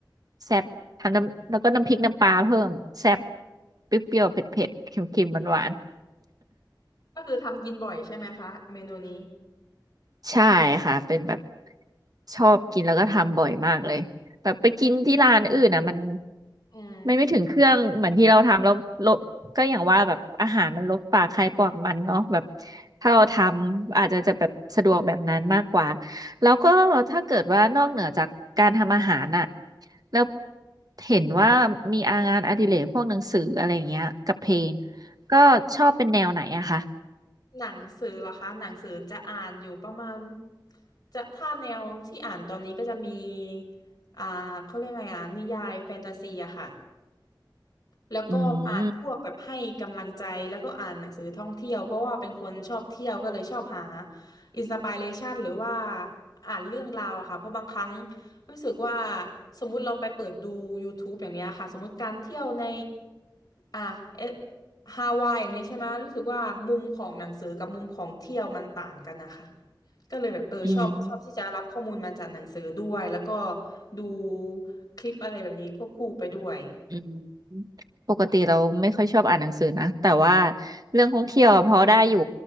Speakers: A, on the right; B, on the left.
A: แซ่บทำน้ำแล้วก็น้ำพริกน้ำปลาเพิ่มแซ่บเปรี้ยวๆเผ็ดๆเค็มๆหวาน
B: ก็คือทำกินบ่อยใช่ไหมคะเมนูนี้
A: ใช่ค่ะเป็นแบบชอบกินแล้วก็ทำบ่อยมากเลยแบบไปกินที่ร้านอื่นอ่ะมัน
B: อืม
A: มันไม่ถึงเครื่องเหมือนที่เราทำแล้วลบก็อย่างว่าแบบอาหารมันลดปากใครปากมันเนาะแบบถ้าเราทำอาจจะจะแบบสะดวกแบบนั้นมากกว่าแล้วก็ถ้าเกิดว่านอกเหนือจากการทำอาหารอ่ะแล้วเห็นว่ามีอางานอดิเรกพวกหนังสืออะไร่เงี้ยกับเพลงก็ชอบเป็นแนวไหนอะคะ
B: หนังสือเหรอคะหนังสือจะอ่านอยู่ประมาณจะถ้าแนวที่อ่านตอนนี้ก็จะมีอ่าเขาเรียกไงอ่ะนิยายแฟนตาซีอะค่ะ แล้วก็อ่านพวกแบบให้กำลังใจแล้วก็อ่านหนังสือท่องเที่ยวเพราะว่าเป็นคนชอบเที่ยวก็เลยชอบหา
A: อืม
B: อินสปิเรชันหรือว่าอ่านเรื่องราวอะค่ะเพราะบางครั้งรู้สึกว่าสมมุติเราไปเปิดดู YouTube อย่างเนี้ยค่ะสมมุติการเที่ยวในอ่ะเอฮาวายอย่างเนี้ยใช่ไหมรู้สึกว่ามุมของหนังสือกับมุมของเที่ยวมันต่างกันนะคะก็เลยแบบเออชอบชอบที่จะรับข้อมูลมาจากหนังสือด้วยแล้วก็
A: อืม
B: ดูคลิปอะไรแบบนี้ควบคู่ไปด้วย
A: อืมปกติเราไม่ค่อยชอบอ่านหนังสือนะแต่ว่าเรื่องท่องเที่ยวอะพอได้อยู่